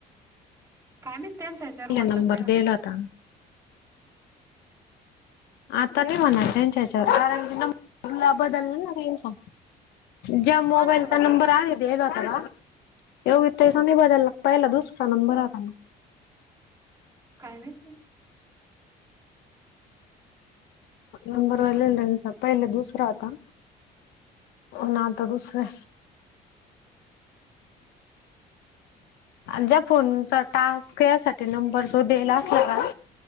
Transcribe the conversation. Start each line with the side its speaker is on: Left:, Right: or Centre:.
Right: काय माहित त्यांच्या ह्याच्यावर
Left: पहिला
Right: होत का
Left: नंबर
Right: नाही आता
Left: दिला
Right: मग.
Left: होता आता नाही म्हणाल त्यांच्या याच्यावर कारणला बदललं ना त्यांचा. ज्या
Right: कोणाच
Left: मोबाइलचा
Right: बदलला
Left: नंबर आहे. हेग आातला योगीता ताईचा नाही बदलला पहिला दुसरा नंबर आता.
Right: काय नाही.
Left: नंबर वन पहिले दुसरा आता. ना तर दुसरे. ज्या फोनचा टास्क यासाठी नंबर जो दिला असला का.